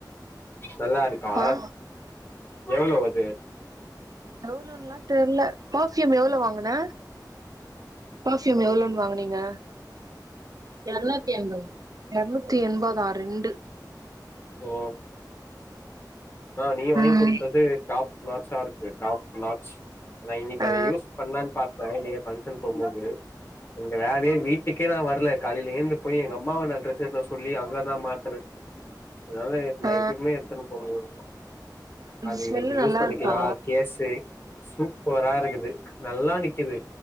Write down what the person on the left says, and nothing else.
நல்லா இருக்கா
எவ்ளோ அது
ஓ ஆஹ் நீ வாங்கி
கொடுத்தது டாப் நாச்சாருக்கு டாப் நாச் நா இன்னிக்கு
அத யூஸ் பண்ணலான் பாத் ஐ நீங்க ஃபங்க்ஷன் போம்போது இந்த வேலயே வீட்டுக்கே நா வரல காலைல எழுந்து போயி எங்க அம்மாவ நா‌ ட்ரெஸ் எட்னு வர சொல்லி அங்கதா மாத்துன அதான் நைட்டுக்குமே
எடுத்துட்டு போகல அது
இன்னிக்கி யூஸ்
பண்ணிக்கலா
கேசு சூப்பரா இருக்குது நல்லா நிக்குது